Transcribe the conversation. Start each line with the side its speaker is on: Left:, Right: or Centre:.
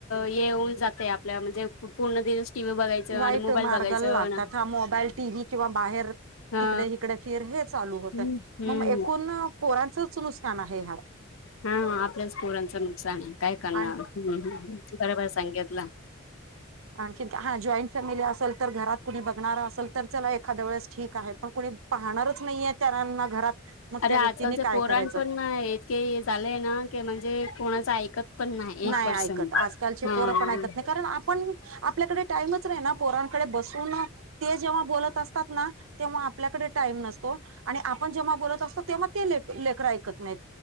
Left: येऊन जाते आप पल्या म्हणजे पूर्ण दिवस टी व्ही बघायचं
Right: वाईट
Left: आणि मोबाईल
Right: मार्गाला
Left: बघायचं
Right: लागतात, हा मोबाईल, टी व्ही किंवा बाहेर
Left: हा
Right: तिकडे हिकडे फिर हे चालू होत
Left: हम्म हम्म
Right: मंग एकूण पोरांचच नुसकान आहे ह्यात.
Left: हा हा आपल्याच पोरांचं नुकसान आहे काय करणार
Right: आणि
Left: हम्म हम्म बरोबर सांगितलं.
Right: आणखीत हा जॉईंट फॅमिली असेल तर घरात कुणी बघणार असेल तर चला एखाद्या वेळेस ठीक आहे पण कुणी पाहणारच नाहीये. तारांना घरात मग
Left: अरे
Right: त्या
Left: आजकालचे
Right: व्यक्तीने काय
Left: पोराण
Right: करायचं
Left: पण म हे इतकेय झालेय ना के म्हणजे कोणाचं ऐकत पण एक
Right: नाही
Left: पर्सेंट
Right: ऐकत, आजकालची
Left: हा
Right: पोरं पण ऐकत नाही. कारण आपण आपल्याकडे टाईमच नाही ना पोरांकडे बसून ते जेव्हा बोलत असतात ना तेव्हा आपल्याकडे टाईम नसतो आणि आपण जेव्हा बोलत असतो तेव्हा ते ले लेकरां ऐकत नाहीत.